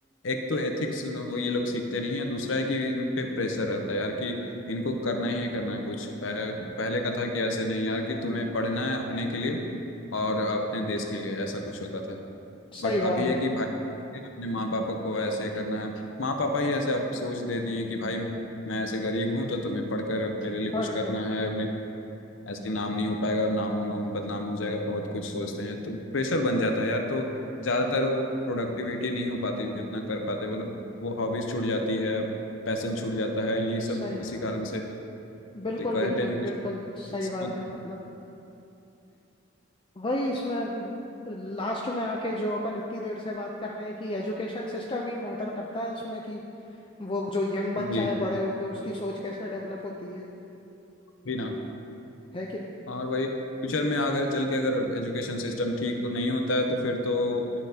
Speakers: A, on the left; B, on the left.
A: एक तो एथिक्स वो ये लोग सीखते नहीं है दूसरा है कि इन पे प्रेशर रहता है यार कि इनको करना ही है करना है कुछ पह- पहले का था कि ऐसे नहीं यार कि तुम्हें पढ़ना है अपने के लिए और अपने देश के लिए ऐसा कुछ होता था
B: सही
A: बट
B: बात
A: अभी है
B: है
A: कि भाई अपने माँ पापा को ऐसे करना है माँ पापा ही ऐसे आप सोच दे दिए हैं कि भाई मैं ऐसे गरीब हूँ तो तुम्हें पढ़कर मेरे लिए कुछ
B: पढ़
A: करना
B: कर
A: है अपने ऐसे नाम नहीं हो पाएगा नाम हम बदनाम हो जाएगा बहुत कुछ सोचते हैं तो प्रेशर बन जाता है यार तो ज़्यादातर वो प्रोडक्टिविटी नहीं हो पाती जितना कर पाते वो लोग वो हॉबीज छूट जाती है पैसन छूट जाता है ये सब
B: सही बात
A: इसी कारण
B: है
A: से
B: बिल्कुल
A: Current
B: बिल्कुल
A: education
B: बिल्कुल सही
A: जी
B: बात है मतलब वही इसमें लास्ट में आके जो अपन इतनी देर से बात कर रहे हैं कि एजुकेशन सिस्टम ही मैटर करता है इसमें कि वो जो यंग बच्चा
A: जी
B: है बड़े होके उसकी सोच कैसे डेवलप होती है
A: जी ना
B: है कि नहीं
A: और वही फ्यूचर में अगर चल के अगर एजुकेशन सिस्टम ठीक नहीं होता है तो फिर तो